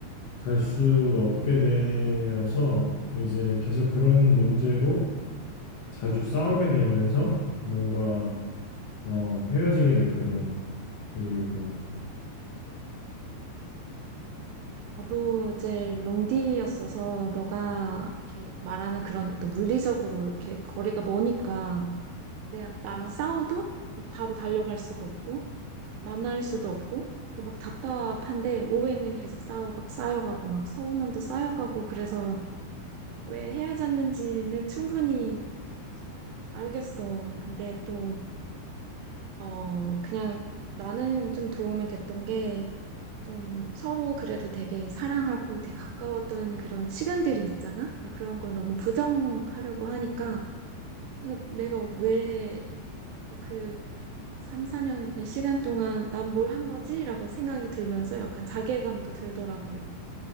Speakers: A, on the left; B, on the right.
A: 갈 수 없게 되어서 이제 계속 그런 문제로 자주 싸우게 되면서 뭔가 어 헤어지게 됐거든 그 이후로
B: 나도 이제 롱디였어서 너가 이렇게 말하는 그런 어떤 물리적으로 이렇게 거리가 머니까 내, 나랑 싸워도 바로 달려갈 수가 없고, 만날 수도 없고, 그러니까 막 답답한데, 오해는 계속 쌓여, 쌓여가고, 막 서운함도 쌓여가고, 그래서 왜 헤어졌는지는 충분히 어, 알겠어. 근데 또, 어, 그냥 나는 좀 도움이 됐던 게, 좀 서로 그래도 되게 사랑하고 되게 가까웠던 그런 시간들이 있잖아? 근데 그런 걸 너무 부정하려고 하니까, 아, 내가 왜그 3, 4년의 시간 동안 난 뭘 한 거지? 라고 생각이 들면서 약간 자괴감도 들더라고.